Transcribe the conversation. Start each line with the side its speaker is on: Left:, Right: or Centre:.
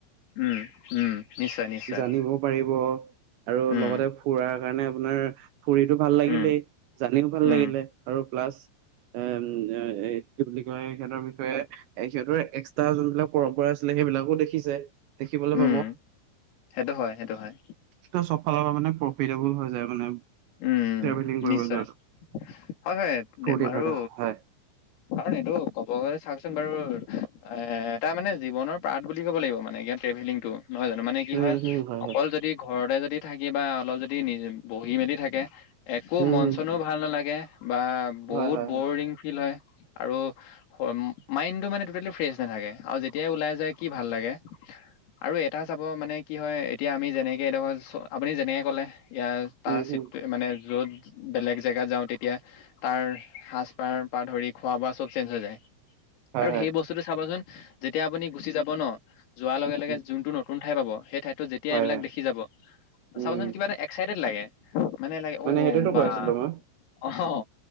Left: উম, উম, নিশ্চয়, নিশ্চয়।
Right: জানিব পাৰিব আৰু
Left: উম,
Right: লগতে ফুৰাৰ কাৰণে আপোনাৰ ফুৰিতো ভাল লাগিলেই,
Left: উম,
Right: জানিও ভাল
Left: উম,
Right: লাগিলে আৰু প্লাছ এম এ এই কি বুলি কয় এখেতৰ বিষয়ে এখেতৰ এক্স তাৰ যোনবিলাক পৰম্পৰা আছিলে সেইবিলাকো দেখিছে। দেখিবলৈ
Left: উম,
Right: পাব।
Left: সেইটো হয়, সেইটো হয়।
Right: ত' চবফালৰ পৰা মানে প্ৰফিটেবোল হৈ যায় মানে।
Left: উম
Right: ট্ৰেভেলিং কৰিব
Left: নিশ্চয়,
Right: যোৱাটো
Left: হয় হয় দেম
Right: ফূৰ্তি
Left: আৰু
Right: ফাৰ্তা হয়।
Left: কাৰণ এইটো ক'ব গ'লে চাওকচোন বাৰু, এ এটা মানে জীৱনৰ পাঠ বুলি ক'ব লাগিব মানে ইয়াত টেভেলিংটো। নহয় জানো, মানে কি
Right: উম,
Left: হয়
Right: হুম,
Left: অকল
Right: হয়,
Left: যদি ঘৰতে যদি থাকিবা অলপ যদি নি বহি মেলি থাক কে, একো
Right: উম,
Left: মন
Right: হুম,
Left: - চনো ভাল নালাগে বা বহুত
Right: হয়, হয়,
Left: বৰিং
Right: হয়,
Left: ফিল হয়। আৰু হ মাইণ্ডটো মানে টটেলি ফ্ৰেছ নাথাকে আৰু যেতিয়াই ওলাই যায় কি ভাল লাগে। আৰু এটা চাব মানে কি হয় এতিয়া আমি যেনেকে এডোখৰ চ আপুনি যেনেকে ক'লে ইয়াৰ তাৰ
Right: উম,
Left: চিটটো
Right: হুম,
Left: মানে য'ত বেলেগ জেগাত যাওঁ তেতিয়া তাৰ সাজ - পাৰ পৰা ধৰি খোৱা - বোৱা চব চেঞ্জ হৈ যায়।
Right: হয়,
Left: আৰু
Right: হয়,
Left: সেই বস্তুটো চাবাচোন যেতিয়া আপুনি গুচি যাব ন, যোৱাৰ লগে
Right: উম,
Left: - লগে যোনটো নতুন ঠাই পাব সেই ঠাইতো যেতিয়া
Right: হয়,
Left: এইবিলাক
Right: হয়,
Left: দেখি যাব,
Right: উম,
Left: চাবচোন কিবা এটা এক্সাইটেড লাগে। মানে লাগে ঔ
Right: সেইটোতো
Left: বা।
Right: কৈ আছিলোঁ মই,
Left: অ হ হ',